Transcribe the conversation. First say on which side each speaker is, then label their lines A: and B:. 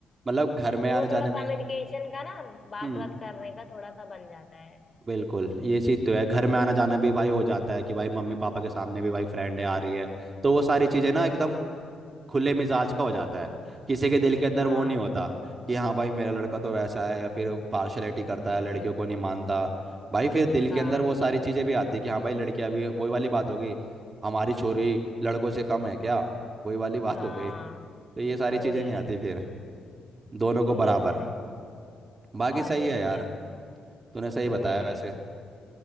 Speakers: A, on the right (about 40°); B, on the left (about 35°).
A: मतलब घर में
B: तो
A: आने
B: वो
A: जाने
B: थोड़ा
A: में
B: कम्युनिकेशन का ना बात
A: हम्म
B: बात करने का थोड़ा सा बन जाता है
A: बिल्कुल ये चीज़ तो है घर में आना जाना भी भाई हो जाता है कि भाई मम्मी पापा के सामने भी भाई फ्रेंड आ रही है तो वो सारी चीज़ें ना
B: हम्म
A: एकदम खुले मिजाज का हो जाता है किसी के दिल के अंदर
B: हाँ
A: वो नहीं होता कि हाँ भाई मेरा लड़का तो वैसा है या फिर पार्शलिटी करता
B: हम्म
A: है लड़कियों को नहीं मानता भाई फिर दिल के
B: हाँ
A: अंदर वो सारी चीजें भी आती है कि हाँ भाई लड़कियां भी वही वाली बात हो गई हमारी छोरी लड़कों से कम है क्या वही वाली बात
B: हाँ
A: हो गई तो ये सारी
B: वही
A: चीजें नहीं आती फिर दोनों को
B: ये
A: बराबर
B: तो है
A: बाकी
B: और
A: सही
B: नहीं
A: है
B: तो
A: यार
B: क्या
A: तूने सही
B: हम्म
A: बताया वैसे